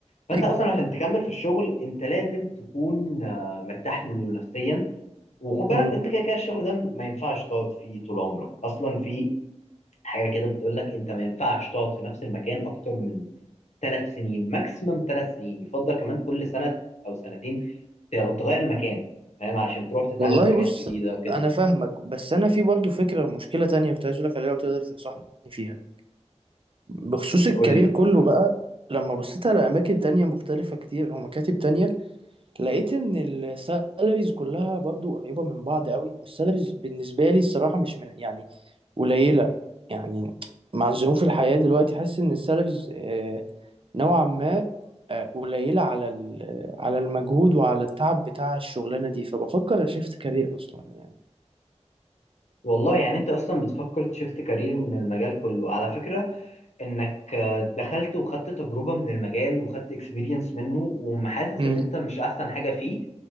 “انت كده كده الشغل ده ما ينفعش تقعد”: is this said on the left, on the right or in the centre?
Left